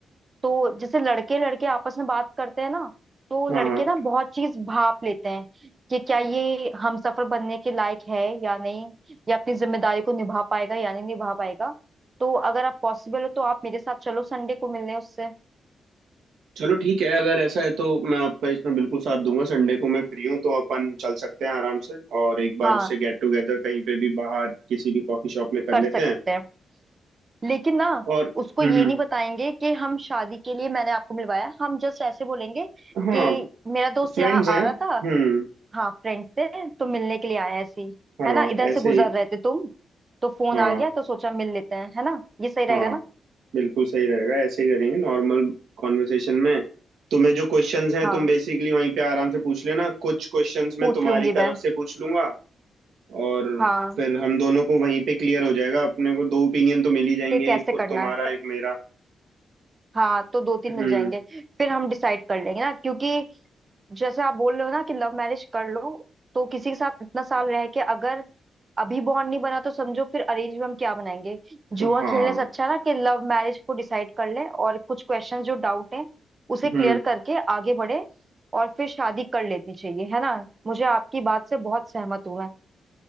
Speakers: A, on the right; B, on the right.
A: तो जैसे लड़के लड़के आपस में बात करते हैं ना तो
B: हाँ
A: लड़के
B: हाँ
A: ना बहुत चीज भाप लेते हैं कि क्या ये हमसफर बनने के लायक है या नहीं या अपनी जिम्मेदारी को निभा पाएगा या नहीं निभा पाएगा तो अगर आप पॉसिबल हो तो आप मेरे साथ चलो संडे को मिलने उससे
B: चलो ठीक है अगर ऐसा है तो मैं आपका इसमें बिल्कुल साथ दूंगा संडे को मैं फ्री हूँ तो अपन चल सकते हैं आराम से और एक बार
A: हाँ
B: उससे गेट टुगेदर कहीं पे भी बाहर किसी भी कॉफी शॉप में कर
A: कर
B: लेते
A: सकते
B: हैं
A: हैं लेकिन ना
B: और
A: उसको
B: हम्म
A: ये नहीं बताएंगे कि हम शादी के लिए मैंने आपको मिलवाया है। हम जस्ट ऐसे बोलेंगे
B: हम्म हाँ
A: कि मेरा दोस्त
B: फ्रेंड्स
A: यहाँ
B: हैं
A: आ रहा
B: हम्म
A: था हाँ फ्रेंड से तो मिलने के लिए आया ऐसी
B: हाँ
A: है ना इधर
B: ऐसे
A: से गुजर
B: ही
A: रहे थे तुम तो फोन
B: हाँ
A: आ गया तो सोचा मिल लेते हैं है ना ये सही रहेगा
B: हाँ
A: ना
B: बिल्कुल सही रहेगा ऐसे ही करेंगे नॉर्मल कॉन्वर्सेशन में तुम्हें जो क्वेश्चंस हैं
A: हाँ
B: तुम बेसिकली वहीं पे आराम से पूछ लेना कुछ क्वेश्चंस मैं
A: पूछ
B: तुम्हारी
A: लूंगी
B: तरफ
A: मैं
B: से पूछ लूंगा और
A: हाँ
B: फिर हम दोनों को वहीं पे क्लियर हो जाएगा अपने को दो ओपिनियन तो मिल ही जाएंगे
A: कि कैसे
B: एक को
A: करना
B: तुम्हारा
A: है
B: एक मेरा
A: हाँ तो दो तीन
B: हम्म
A: मिल जाएंगे फिर हम डिसाइड कर लेंगे ना क्योंकि जैसे आप बोल रहे हो ना कि लव मैरिज कर लो तो किसी के साथ इतना साल रह के अगर अभी बॉन्ड नहीं बना तो समझो फिर अरेंज में हम क्या बनाएंगे जुआ
B: हाँ
A: खेलने से अच्छा ना कि लव मैरिज को डिसाइड कर ले और कुछ क्वेश्चन जो डाउट है उसे
B: हम्म
A: क्लियर करके आगे बढ़े और फिर शादी कर लेनी चाहिए है ना मुझे आपकी बात से बहुत सहमत हूं मैं